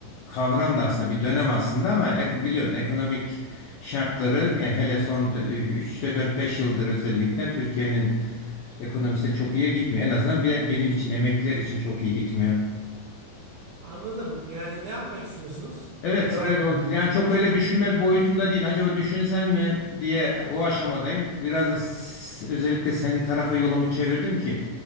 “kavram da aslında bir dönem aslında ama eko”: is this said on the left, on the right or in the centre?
Left